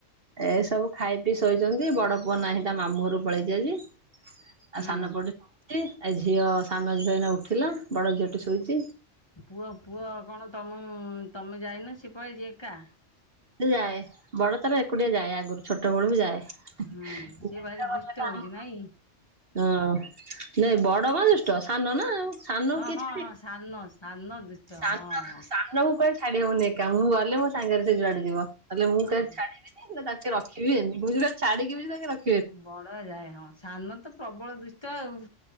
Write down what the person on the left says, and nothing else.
ହୁଁ।
ପୁଅ ପୁଅ କଣ ତମେ ତମେ ଯାଇନ ସେପଳି ଜ ଏକା।
ହୁଁ
ସେ ଭାରି
ଦୁଷ୍ଟ
ହଉଛି
ନାଇଁ।
ହଁ
ହଁ ହଁ ସାନ ସାନ ଦୁଷ୍ଟ
ହଁ ହଁ
ହଁ
ବଡ ଯାଏ ହଁ ସାନ ତ ପ୍ରବଳ ଦୁଷ୍ଟ ଆଉ।